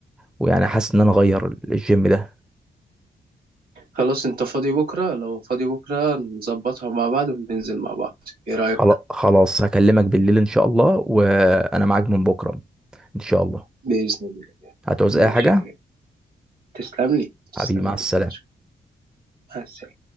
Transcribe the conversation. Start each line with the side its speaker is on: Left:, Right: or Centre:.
Centre: ويعني حاسس ان انا اغير الجيم ده
Right: خلاص أنت فاضي بكرة لو فاضي بكرة نظبطها مع بعض وننزل مع بعض إيه رأيك؟
Centre: خلا- خلاص هكلمك بالليل ان شاء الله وانا معاك من بكره ان شاء الله
Right: بإذن الله
Centre: هتعوز
Right: ماشي
Centre: اي حاجه
Right: يا جدع. تسلم لي تسلم
Centre: حبيبي مع
Right: لي
Centre: السلامه
Right: يا كبير مع السلامة